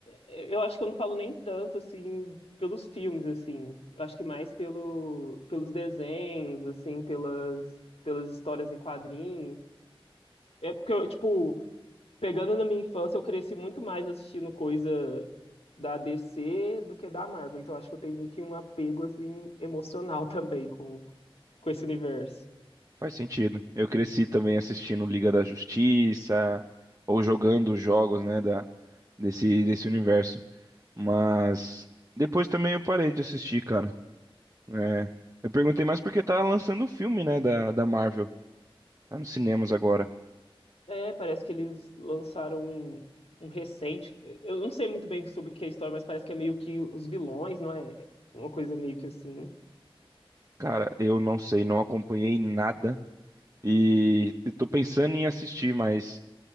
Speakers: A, on the left; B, on the right.
A: é, eu acho que eu não falo nem tanto, assim, pelos filmes, assim, eu acho que mais pelo, pelos desenhos, assim, pelas, pelas histórias em quadrinhos. É porque, tipo, pegando na minha infância, eu cresci muito mais assistindo coisa da DC do que da Marvel. Então acho que eu tenho meio que um apego assim emocional <laughs> também com, com esse universo.
B: Faz sentido. Eu cresci também assistindo Liga da Justiça ou jogando os jogos, né, da desse desse universo. Mas depois também eu parei de assistir, cara. É, eu perguntei mais porque tá lançando o filme, né, da da Marvel. Tá nos cinemas agora.
A: É, parece que eles lançaram um, um recente. Eu não sei muito bem sobre o que é a história, mas parece que é meio que os vilões, não é? Uma coisa meio que assim.
B: Cara, eu não sei, não acompanhei nada e eu tô pensando em assistir, mas